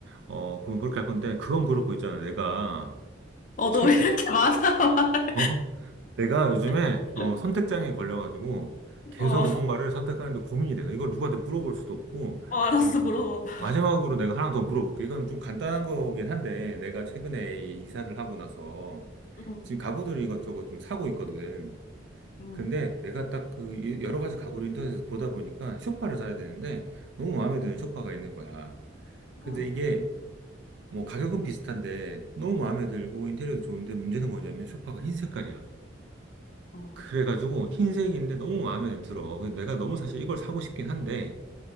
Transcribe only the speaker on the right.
어, 그건 그렇게 할 건데, 그건 그렇고 있잖아. 내가,
책,
어? 내가 요즘에
어, 선택장애 걸려가지고 계속
뭔가를 선택하는데 고민이 돼. 이걸 누구한테 물어볼 수도 없고.
그래서
어, 마지막으로 내가 하나 더 물어볼게. 이건 좀 간단한 거긴 한데 내가 최근에 이사를 하고 나서
지금 가구들을 이것저것 좀 사고 있거든.
근데 내가 딱 그 여러 가지 가구를 인터넷에서 보다 보니까 소파를 사야 되는데 너무 마음에 드는 소파가 있는 거야.
근데 이게 뭐 가격은 비슷한데 너무 마음에 들고 인테리어도 좋은데 문제는 뭐냐면 소파가 흰 색깔이야.
그래가지고 흰색인데 너무 마음에 들어. 근데 내가 너무 사실 이걸 사고 싶긴 한데,